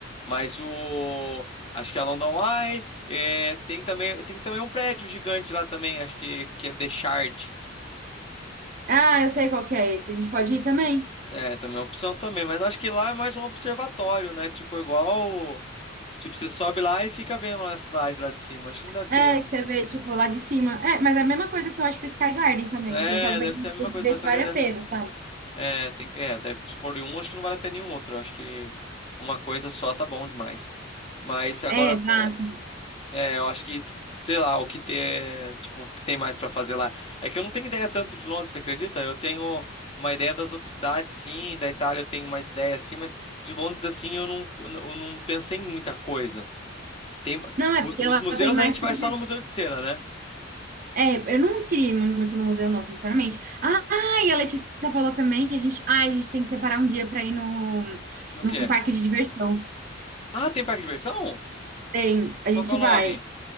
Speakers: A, on the left; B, on the right.
A: Mas o. Acho que é a London Eye. é, tem também, tem também um prédio gigante lá também, acho que, que é The Shard.
B: Ah, eu sei qual que é esse. A gente pode ir também?
A: É, também é uma opção também, mas acho que lá é mais um observatório, né? Tipo, igual. Tipo, você sobe lá e fica vendo a cidade lá de cima. Acho que não deve
B: É,
A: ter.
B: que você vê, tipo, lá de cima. É, mas é a mesma coisa que eu acho que o Sky Garden também.
A: É,
B: Então, talvez
A: deve
B: a gente
A: ser a mesma
B: tenha
A: coisa,
B: que ver
A: mas
B: se
A: só
B: vale
A: que. até-
B: a pena, sabe?
A: É, tem, que- é, deve- se for em um, acho que não vale a pena nenhum outro. Eu acho que uma coisa só tá bom demais. Mas agora.
B: É, exato.
A: é, É, eu acho que, sei lá, o que ter, tipo, o que tem mais pra fazer lá. É que eu não tenho ideia tanto de Londres, você acredita? Eu tenho uma ideia das outras cidades, sim, da Itália eu tenho mais ideia, assim, mas de Londres, assim, eu não, eu não pensei em muita coisa. Tem,
B: Não, é
A: o-
B: porque
A: os
B: ela
A: museus
B: tem mais
A: a gente
B: tipo
A: vai só
B: de
A: no Museu de Cera, né?
B: É, eu não queria ir muito muito no museu, não, sinceramente. Ah, e a Letícia falou também que a gente, ah, a gente tem que separar um dia para ir no,
A: No
B: num
A: que é?
B: parque de diversão.
A: Ah, tem parque de diversão?
B: Tem, a
A: Qual
B: gente
A: que é o
B: vai.
A: nome?